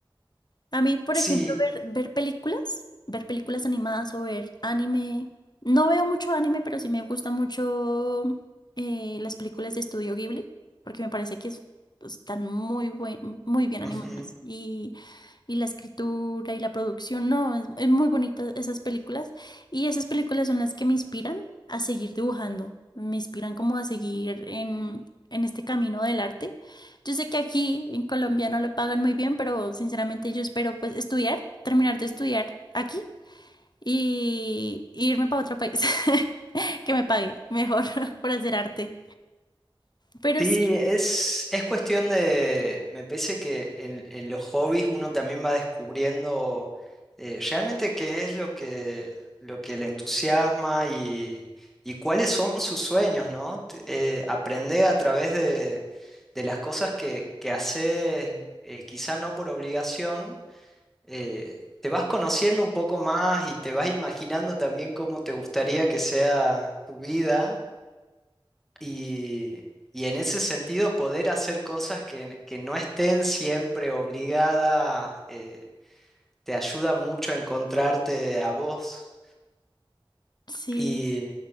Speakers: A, on the left (about 50°); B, in the centre.
A: A mí, por
B: Sí.
A: ejemplo, ver, ver películas, ver películas animadas o ver anime. No veo mucho anime, pero sí me gusta mucho eh, las películas de Estudio Ghibli, porque me parece que es- están muy buen, muy bien
B: Ujú.
A: animadas. Y, y la escritura y la producción, no, es, es muy bonita esas películas. Y esas películas son las que me inspiran a seguir dibujando, me inspiran como a seguir en, en este camino del arte yo sé que aquí en Colombia no lo pagan muy bien, pero sinceramente yo espero pues estudiar, terminar de estudiar aquí y irme para otro país <laughs> que me pague mejor <laughs> por hacer arte. Pero
B: Sí,
A: sí,
B: es, es cuestión de, me parece que en, en los hobbies uno también va descubriendo eh, realmente qué es lo que, lo que le entusiasma y, y cuáles son sus sueños, ¿no? T- Eh, aprender a través de, de las cosas que, que haces, eh, quizá no por obligación, eh, te vas conociendo un poco más y te vas imaginando también cómo te gustaría que sea tu vida. Y, y en ese sentido, poder hacer cosas que, que no estén siempre obligadas, eh, te ayuda mucho a encontrarte a vos.
A: sí,
B: Y,